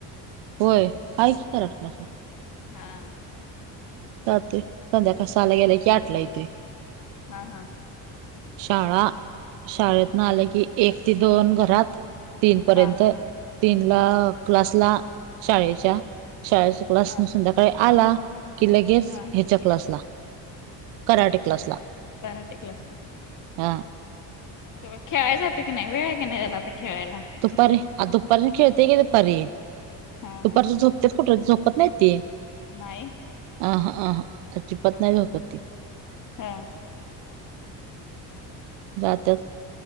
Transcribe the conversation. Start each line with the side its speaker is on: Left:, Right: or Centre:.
Right: होय हाय कि कराटी क्लास ला.
Left: हा.
Right: जातूय संध्याकाळी सहाला गेल्या की आठला येतू य.
Left: हा हा.
Right: शाळा शाळेत न आला की एक ते दोन घरात. तीनपर्यंत
Left: हा
Right: तीनला क्लासला शाळेच्या शाळेसु क्लासन
Left: हा
Right: संध्याकाळी आला की लगेच
Left: हा
Right: ह्याच्या क्लासला कराटे क्लासला
Left: कराटे क्लासला
Right: हा
Left: तु खेळाया जाते का नाही वेळ आहे की नाही तुला आता खेळायला
Right: दुपारी आता दुपारी खेळतेय की दुपारी
Left: हा
Right: दुपारच
Left: हा
Right: झोपतेत कुठ झोपत नाहीत ते
Left: नाई
Right: अहं अहं अजिबात नाय झोपत ती
Left: हां
Right: जात्यात